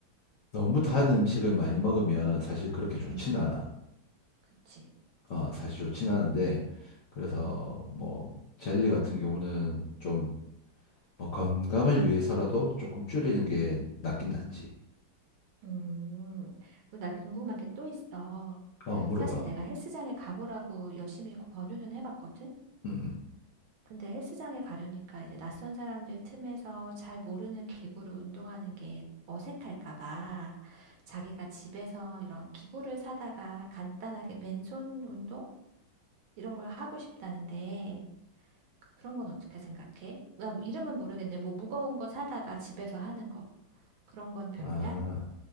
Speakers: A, on the left; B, on the right.
A: 너무 단 음식을 많이 먹으면 사실 그렇게 좋진
B: 응,
A: 않아.
B: 그치.
A: 어, 사실 좋진 않은데, 그래서
B: 응.
A: 뭐, 젤리 같은 경우는 좀, 뭐, 건강을 위해서라도 조금 줄이는 게 낫긴 낫지.
B: 음, 그럼 나 궁금한 게 또 있어.
A: 어, 물어봐.
B: 사실 내가 헬스장에 가보라고 열심히 권유는 해봤거든?
A: 음, 음.
B: 근데 헬스장에 가려니까 이제 낯선 사람들 틈에서 잘 모르는 기구로 운동하는 게 어색할까 봐 자기가 집에서 이런 기구를 사다가 간단하게 맨손 운동? 이런 걸 하고 싶다는데 그런 건 어떻게 생각해? 나 뭐 이름은 모르겠네. 뭐 무거운 거 사다가 집에서 하는 거. 그런 건 별로야?
A: 아,